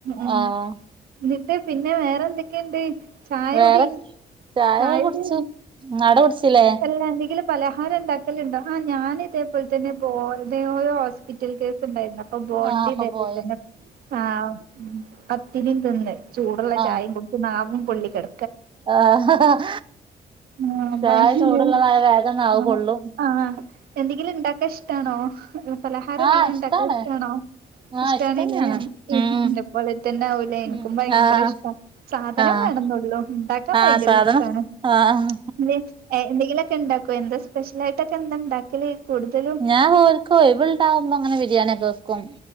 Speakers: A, on the right (about 90°); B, on the right (about 35°).
A: എനി
B: ആഹ്
A: ന്നിട്ട് പിന്നെ വേറെന്തൊക്കെണ്ട് ചായകുടി
B: വേറെ ചായ
A: ചായകുടി
B: കുടിച്ചു ആടെ കുടിച്ചില്ലേ
A: എല്ല എന്തെങ്കിലും പലഹാരം ണ്ടാക്കലുണ്ടോ. ആ ഞാന് തേപോൽതന്നെ ബോ ഡ യോ യോ ഹോസ്പിറ്റൽ കേസ്ണ്ടായിരുന്നു. അപ് പ്പ ബോണ്ടിണ്ടാക്കിക്കുന്നു
B: ആഹ് അപ്പൊ പോയന്ന്
A: ആഹ് ഉം പത്തിര്യും തിന്ന് ചൂടുള്ള ചായും
B: ആഹ്
A: കുടിച്ച് നാവും പൊള്ളിക്കട
B: ആഹ്
A: ആഹ്
B: ചായ
A: ഭഹി
B: ചൂടുള്ളതായ
A: <inaudible>
B: വേഗം നാവ്
A: ആഹ്
B: പൊള്ളും
A: ആഹ് എന്തെങ്കിലുണ്ടാക്കാഷ്ടാണോ? പലഹാരം എന്തെങ്കിലും
B: ആഹ് ഇഷ്ടാണ്
A: ണ്ടാക്കാ ഇഷ്ടാണോ?
B: ആഹ്
A: ഇഷ്ട്ടാണ്
B: ഇഷ്ടന്നെയാണ്
A: ല്ലേ ഇന്ന
B: ഉം
A: പോലെ തന്നാവു ലേ, ഇൻക്കും
B: ഉം
A: ഭയങ്കര
B: ആഹ്
A: ഇഷ്ട്ടാ സാധനം
B: ആഹ്
A: വേണെന്നൊള്ളൂ. ഇണ്ടാക്കാൻ ഭയങ്കര
B: ആഹ് സാധനം
A: ഇഷ്ട്ടാണ്.
B: ആഹ്
A: എന്തേ എഹ് എന്തെങ്കിലൊ ക്കെ ണ്ടാക്കും. എന്താ സ്പെഷ്യലായിട്ടക്കെ എന്തണ്ടാക്കല് കൂടുതലും
B: ഞാ ഓൽക്ക് ഒഴിവ് ഇണ്ടാവുമ്പോങ്ങനെ ബിരിയാണി ഒക്കെ വെക്കും